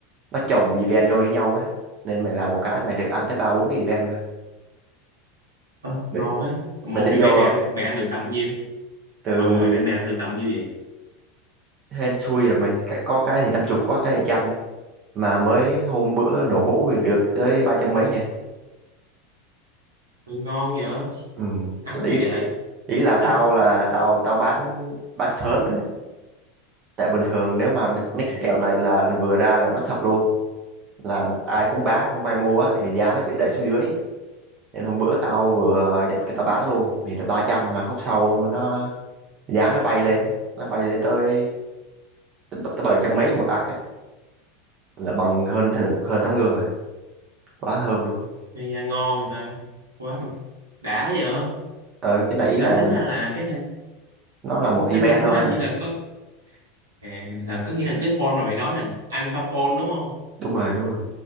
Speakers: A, on the right (about 35°); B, on the right (about 75°).
A: nó chồng event vô với nhau á nên mày làm một cái mày được ăn tới ba bốn cái event cơ
B: ờ,
A: mày,
B: ngon á. Mỗi
A: mày tính
B: event
A: vô
B: mày
A: không
B: ăn mày ăn được tầm nhiêu?
A: từ
B: Mà mỗi event mày ăn được tầm nhiêu vậy?
A: hên xui rồi mày Cả- có cái thì năm chục có cái thì trăm mà mới hôm bữa nổ hũ thì được tới ba trăm mấy nè
B: Mày ngon vậy? á.
A: ừ.
B: Ấm
A: ý
B: gì trời?
A: ý là tao
B: Ê,
A: là tao tao bán bán sớm đấy tại bình thường nếu mà mấy, mấy
B: à,
A: kèo này là vừa ra là nó sập luôn là ai cũng bán không ai mua á thì giá nó bị đẩy xuống dưới nên hôm bữa tao vừa nhận cái tao bán luôn thì được ba trăm mà khúc sau nó giá nó bay lên nó bay lên tới tới bảy trăm mấy một ạc ấy là bằng hơn thằng- hơn tháng lương rồi quá thơm luôn
B: mày à, ngon người ta. Quá rồi. Đã vậy? á.
A: ờ cái này ý là
B: Ê, tính ra là cái này,
A: nó là một event
B: ê, mà tính
A: thôi
B: ra như là có à, là có nghĩa là cái pon mà mày nói là alpha pon đúng không?
A: đúng rồi đúng rồi